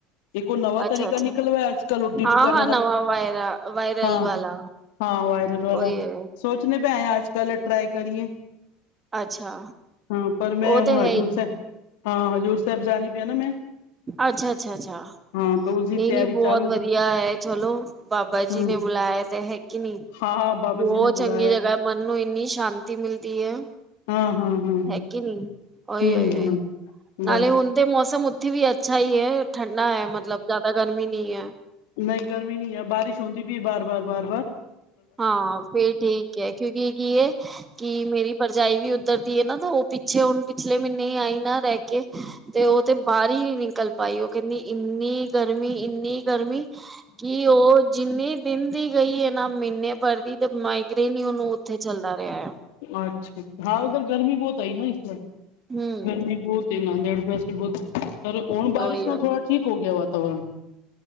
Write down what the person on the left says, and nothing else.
ਏਕ ਓ ਨਵਾਂ
ਤਰੀਕਾ
ਨਿਕਲਵਾ ਅੱਜ ਕੱਲ, ਓ ਡਿਪ
ਕਰਨ
ਦਾ,
ਹਾਂ।
ਹਾਂ, ਵਾਇਰਲ ਵਾਲਾ।
ਸੋਚਣੇ ਪਏ ਆਂ ਐ ਅੱਜ ਕੱਲ ਟਰਾਈ ਕਰੀਏ।
ਹਾਂ ਪਰ ਮੈਂ
ਹੁਣ
ਹਜੂਰ
ਸੈਬ, ਹਾਂ ਹਜੂਰ ਸੈਬ ਜਾਨੀ ਪਈ ਆ ਨਾ ਮੈਂ।
ਹਾਂ ਤਾਂ ਉਸਦੀ
ਤਿਆਰੀ
ਚਾਲੂ
ਹੂੰ
ਹਾਂ ਹਾਂ ਬਾਬਾ
ਜੀ ਨੇ
ਬੁਲਾਇਆ
ਹਾਂ ਹਾਂ ਹਾਂ ਹਾਂ
ਹੂੰ
ਹੂੰ
ਬਸ
ਨਈ ਗਰਮੀ ਨੀ ਐ। ਬਾਰਿਸ਼ ਹੁੰਂਦੀ ਪੀ ਏ ਬਾਰ ਬਾਰ ਬਾਰ ਬਾਰ।
ਅੱਛਾ। ਹਾਂ, ਓਦਰ ਗਰਮੀ ਬੋਤ ਆਈ ਨਾ ਇਸ ਵਾਰ।
ਗਰਮੀ ਬੋਤ ਤੇ ਨਾਂਦੇੜ ਪੇ ਸੀ ਬੋਤ, ਪਰ ਹੁਣ ਬਾਰਿਸ਼
ਨਾਲ
ਥੋੜਾ ਠੀਕ ਹੋ ਗਆ ਵਾਤਾਵਰਨ।